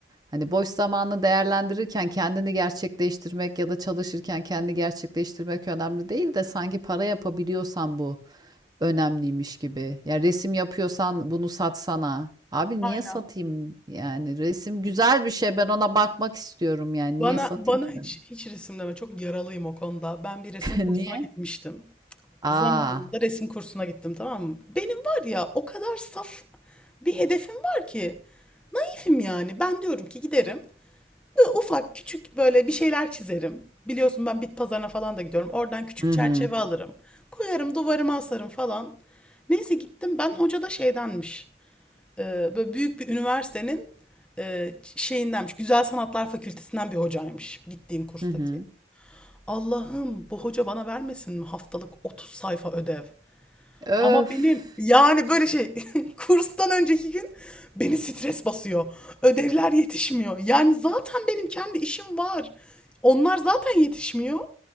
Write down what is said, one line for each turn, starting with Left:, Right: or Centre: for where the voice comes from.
Right: Hani boş zamanını değerlendirirken kendini gerçekleştirmek ya da çalışırken kendini gerçekleştirmek önemli değil de sanki para yapabiliyorsan bu önemliymiş gibi. Ya resim yapıyorsan bunu satsana. Abi
Centre: Aynen.
Right: niye satayım yani resim güzel bir şey ben ona bakmak istiyorum yani niye
Centre: Bana
Right: satayım
Centre: bana
Right: ki
Centre: hiç
Right: ben?
Centre: hiç resim deme. Çok yaralıyım o konuda. Ben bir resim
Right: <laughs>
Centre: kursuna
Right: Niye?
Centre: gitmiştim.
Right: Aa.
Centre: Zamanında resim kursuna gittim tamam mı? Benim var ya o kadar saf bir hedefim var ki. Keyfim yani. Ben diyorum ki giderim. Ufak küçük böyle bir şeyler çizerim. Biliyorsun ben bit pazarına falan da gidiyorum. Oradan küçük
Right: Hı
Centre: çerçeve
Right: hı.
Centre: alırım. Koyarım duvarıma asarım falan. Neyse gittim ben hoca da şeydenmiş. Ee, böyle büyük bir üniversitenin e, şeyindenmiş. Güzel Sanatlar Fakültesinden bir hocaymış gittiğim kurstaki.
Right: Hı hı.
Centre: Allah'ım bu hoca bana vermesin mi haftalık 30 sayfa ödev?
Right: Öf.
Centre: Ama benim yani böyle şey <laughs> kurstan önceki gün beni stres basıyor. Ödevler yetişmiyor. Yani zaten benim kendi işim var. Onlar zaten yetişmiyor.